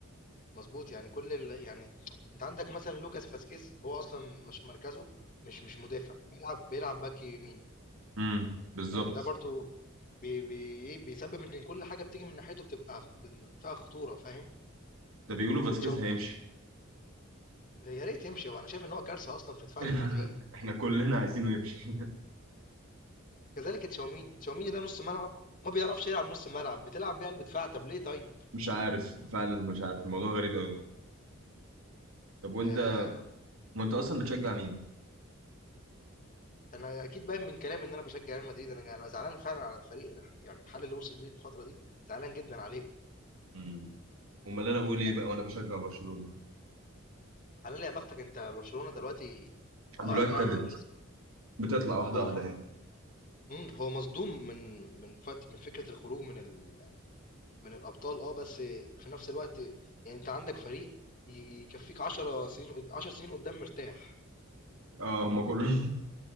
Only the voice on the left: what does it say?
مظبوط يعني كل ال... يعني انت عندك مثلا لوكاس فاسكيز هو اصلا مش مركزه مش مش مدافع بيلعب بيلعب باك يمين
ده برضو بي بي إيه، بيسبب ان كل حاجه بتيجي من ناحيته بتبقى خ- بن- فيها خطوره فاهم
وتشاوميني
يا ريت يمشي وانا شايف ان هو كارثه اصلا في دفاع
ريال مدريد
كذلك تشاوميني تشاوميني ده نص ملعب ما بيعرفش يلعب نص ملعب بتلعب بيه قلب دفاع طب ليه طيب
آه،
انا اكيد باين من كلامي ان انا بشجع ريال مدريد انا انا زعلان فعلا على الفريق يعني الحل اللي وصل بيه الفتره دي زعلان جدا عليه
يعني
على يا بختك انت برشلونه دلوقتي اه
اي نعم
هو
م...
مم، هو مصدوم من من فت... من فكره الخروج من ال... من الابطال اه بس في نفس الوقت يعني انت عندك فريق ي- يكفيك 10 سنين قد- 10 سنين قدام مرتاح